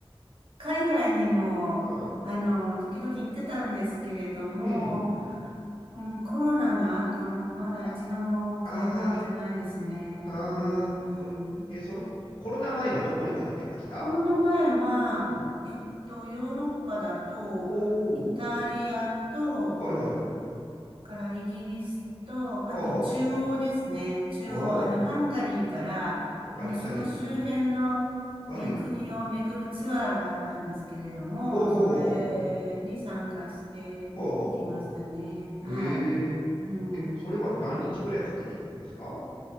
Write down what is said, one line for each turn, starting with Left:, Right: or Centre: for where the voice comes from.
Right: 海外にも、
Left: うん。
Right: あの、時々行ってたんですけれども、
Left: うん。
Right: うん、コロナの後、まだ一度も海外行ってないですね。
Left: あ、あーあー、
Right: うん。
Left: これ、え、その、コロナ前はどこ行かれてました
Right: コロナ前は、
Left: うん。
Right: えっと、ヨーロッパだと、
Left: お
Right: イタリアと、
Left: お、はいはい。
Right: からイギリスと、あと中央ですね。
Left: はあは
Right: 中央、
Left: あ。あー
Right: あの、ハンガリーから、
Left: ハンガリー、
Right: あの、その周辺の、
Left: はい。はい。
Right: えー国を巡るツアーがあったんですけれども、
Left: おうほうほうほう。
Right: それに参加していきましたね。
Left: ほうほう。
Right: はい。
Left: え
Right: うん。
Left: ええ、それは何日ぐらいかけていくんですか